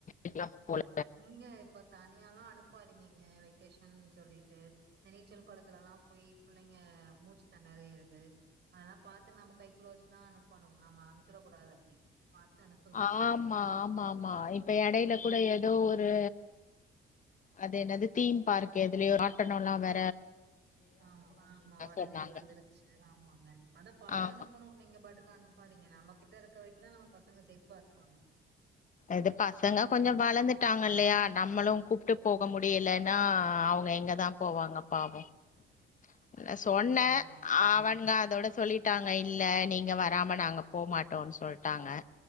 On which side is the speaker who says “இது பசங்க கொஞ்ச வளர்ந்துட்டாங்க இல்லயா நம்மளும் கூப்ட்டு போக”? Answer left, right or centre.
Left